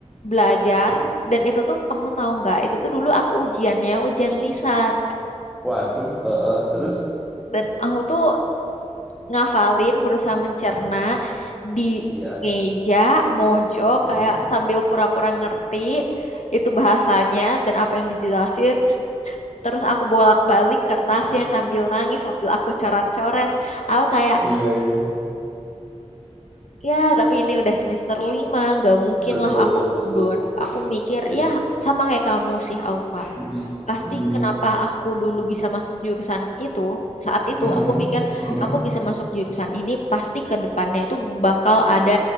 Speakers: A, on the left (about 70°); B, in the centre.
A: belajar dan itu tuh kamu tahu nggak? Itu tuh dulu aku ujiannya ujian lisan
B: Waduh, heeh, terus
A: dan aku tuh ngafalin berusaha mencerna di
B: iya.
A: meja mojok
B: mm-mm.
A: kayak sambil pura-pura ngerti itu bahasanya dan apa yang dijelasin terus aku bolak-balik kertasnya sambil nangis sambil aku coret-coret aku kayak
B: Iya, iya.
A: Ya, tapi ini udah semester lima, nggak mungkin
B: Betul,
A: lah aku
B: betul.
A: mundur. Aku mikir,
B: Iya.
A: ya sama kayak kamu sih, Aufa.
B: Mm-mm,
A: Pasti
B: mm-mm,
A: kenapa aku dulu bisa masuk jurusan itu, saat itu
B: mm-mm,
A: aku mikir
B: mm-mm.
A: aku bisa masuk jurusan ini, pasti ke depannya itu bakal ada